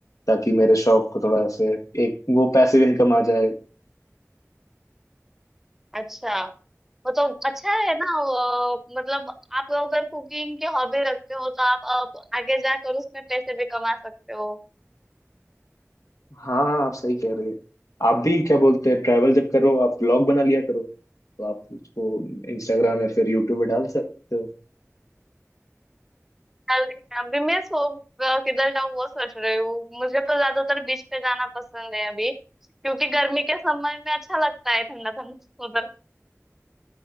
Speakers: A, on the left; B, in the centre.
A: ताकि मेरे शौक को थोड़ा ऐसे एक वो पैसिव इनकम आ जाए
B: अच्छा वो तो अच्छा है ना अ, मतलब आप अगर कुकिंग की हॉबी रखते हो तो आप, अ, आगे जाकर उसमें पैसे भी कमा सकते हो
A: हाँ हाँ, आप सही कह रहे हैं आप भी क्या बोलते हैं ट्रैवल जब करो आप ब्लॉग बना लिया करो तो आप उसको इंस्टाग्राम या फिर यूट्यूब पे डाल सकते हो
B: चल, अभी मैं सो अ, किधर जाऊँ वो सोच रही हूँ मुझे तो ज्यादातर बीच पे जाना पसंद है अभी क्योंकि गर्मी के समय में अच्छा लगता है ठंडा ठंडा <laughs>